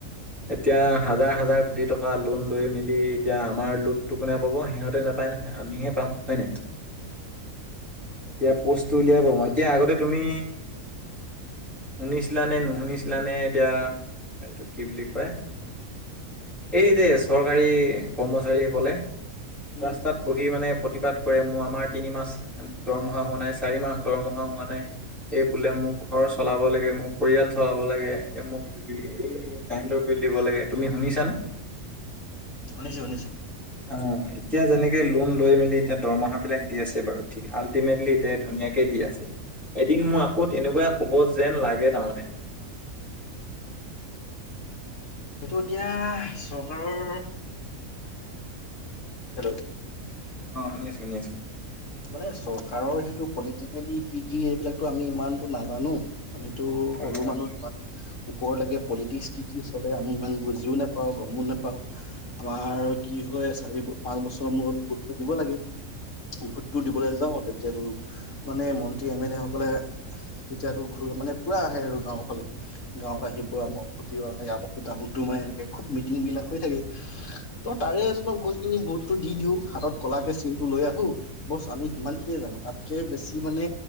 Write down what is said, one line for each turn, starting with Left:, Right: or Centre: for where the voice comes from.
Centre: এতিয়া হাজাৰ হাজাৰ কোটি টকা লোন লৈ মেলি এতিয়া আমাৰ লোডটো কোনে পাব। সিহঁতে নাপায় নহয় আমিহে পাম। হয় নাই? এতিয়া প'ষ্টটো উলিয়াব সময়ত এতিয়া আগতে তুমি শুনিছিলানে? নুশুনিছিলানে? এতিয়া এইটো কি বুলি কয়। এই যে চৰকাৰী কৰ্মচাৰীসকলে
Left: এতিয়া
Centre: ৰাস্তাত বহি মানে প্ৰতিবাদ কৰে। মোৰ আমাৰ তিনিমাহ দৰমহা হোৱা নাই। চাৰি মাহ দৰমহা অ হোৱা নাই এই বোলে মোক ঘৰ চলাব লাগে। মোৰ পৰিয়াল চলাব লাগে। এ মোৰ--কাৰেণ্টৰ বিল দিব লাগে। তুমি শুনিছানে?
Left: শুনিছো শুনিছো
Centre: অ এতিয়া যেনেকে লোন লৈ মেলি এতিয়া দৰমহা বিলাক দি আছে। বাৰু ঠিক আল্টিমেটলি এতিয়া ধুনীয়াকে দি আছে। এদিন মোৰ আকৌ তেনেকুৱাই হ'ব যেন লাগে। তাৰমানে
Left: সেইটো এতিয়া চৰকাৰৰ হেল্ল'।
Centre: অ শুনি আছোঁ শুনি আছোঁ।
Left: মানে চৰকাৰৰ সেইটো পলিটিকেলি কি কি? এইবিলাকটো আমি ইমানটো নাজানো। আমিতো
Centre: শুনি
Left: সৰু
Centre: আছো হয় হয়
Left: মানুহ ইমান ওপৰলৈকে পলিটিক্স কি কি চলে আমি ইমান বুজিও নাপাওঁ। গমো নাপাওঁ আমাৰ কি হয় চাৰি পাঁচ বছৰ মূৰত ভোটটো দিব লাগে। বহুত ভোট দিবলৈ যাওঁ আৰু তেতিয়া তোৰ মানে মন্ত্ৰী এম এল এ সকলে তেতিয়াতো ঘূ মানে পুৰা আহে আৰু গাঁওৰ ফালে গাঁৱত আহিব আকৌ গাওঁত সোমাই এনেকে খুব মিটিং বিলাক হৈ থাকে। ত
Centre: অ
Left: তাৰে এজনক গৈ কিনি ভোটটো দি দিওঁ হালত কলাকে চিনটো লৈ আহোঁ। বছ আমি সিমান খিনিয়ে জানো। তাতকে বেছি মানে